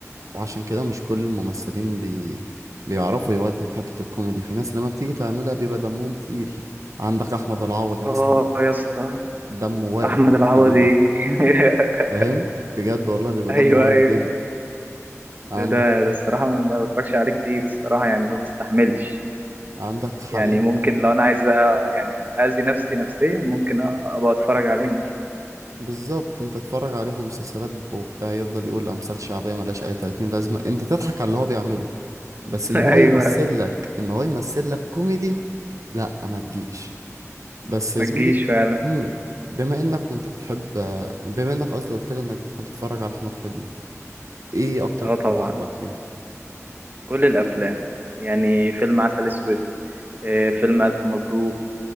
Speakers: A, on the right (about 80°); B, on the right (about 35°).
A: وعشان كده مش كل الممثلين بي... بيعرفوا يودوا في حتة الكوميدي في ناس لما بتيجي تعملها بيبقى دمهم تقيل عندك أحمد العوضي
B: آه
A: مثلا
B: يا اسطى
A: دمه واقف
B: أحمد العوضي
A: بيجي يضحك
B: <laughs>
A: فاهم بجد والله بيبقى
B: أيوه
A: دمه واقف
B: أيوه
A: جدا عندك
B: ده ده ده الصراحة ما ما بتفرجش عليه كتير الصراحة يعني ما بستحملش
A: عندك حاليا
B: يعني ممكن لو أنا عايز بقى يعني أذي نفسي نفسيا ممكن أ- أبقى أتفرج عليه مثلا
A: بالظبط انت تتفرج عليه في مسلسلات وبتاع يفضل يقول امثال شعبيه ملهاش اي 30 لازمه انت تضحك على اللي هو بيعمله بس
B: <laughs>
A: ان
B: أيوه
A: هو يمثل
B: أيوه
A: لك ان هو يمثل لك كوميدي لا ما تجيش بس
B: ما
A: يا زميلي
B: تجيش فعلا
A: مم، بما انك كنت بتحب بما انك قصدي قلت لي انك بتحب تتفرج على احمد حلمي ايه اكتر
B: أه
A: فيلم
B: طبعا
A: عجبك ليه
B: كل الأفلام يعني فيلم عسل أسود آه، فيلم ألف مبروك